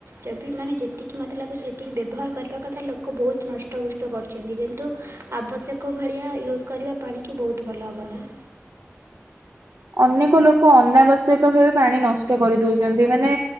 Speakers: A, on the right; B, on the right.
A: ଯଦି ମାନେ ଯେତିକି ମତେ ଲାଗୁଛି, ଯେତିକି ବ୍ୟବହାର କରିବା କଥା ଲୋକ ବହୁତ ନଷ୍ଟଭ୍ରଷ୍ଟ କରୁ ଚନ୍ତି କିନ୍ତୁ ଆବଶ୍ୟକ ଭଳିଆ ୟୁଜ୍ କରିବା ପାଣିକି ବହୁତ ଭଲ ହେବ ନା।
B: ଅନେକ ଲୋକ ଅନାବଶ୍ୟକ ଭାବେ ପାଣି ନଷ୍ଟ କରିଦଉଚନ୍ତି। ମାନେ,